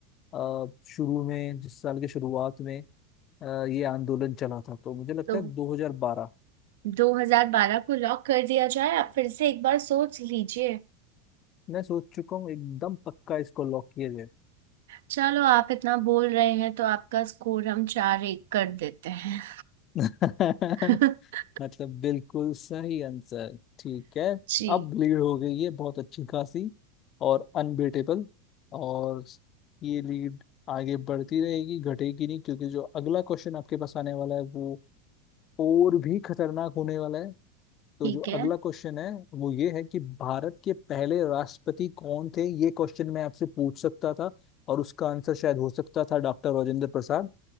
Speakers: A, on the left (about 40°); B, on the right (about 80°).
A: अ, शुरू में जिस साल की शुरुआत में अ, ये आंदोलन चला था तो मुझे लगता
B: तो
A: है 2012
B: 2012 को लॉक कर दिया जाए आप फिर से एक बार सोच लीजिए
A: मैं सोच चुका हूँ एकदम पक्का इसको लॉक किया
B: चलो आप इतना बोल रहे हैं तो आपका स्कोर हम चार एक कर देते हैं
A: जाए <laughs>
B: <laughs>
A: मतलब बिल्कुल सही आंसर ठीक है
B: जी
A: अब लीड हो गई है बहुत अच्छी खासी और अनबीटेबल और ये लीड आगे बढ़ती रहेगी घटेगी नहीं क्योंकि जो अगला क्वेश्चन आपके पास आने वाला है वो और भी खतरनाक होने वाला है तो
B: ठीक
A: जो
B: है
A: अगला क्वेश्चन है वो ये है कि भारत के पहले राष्ट्रपति कौन थे ये क्वेश्चन मैं आपसे पूछ सकता था और उसका आंसर शायद हो सकता था डॉक्टर राजेंद्र प्रसाद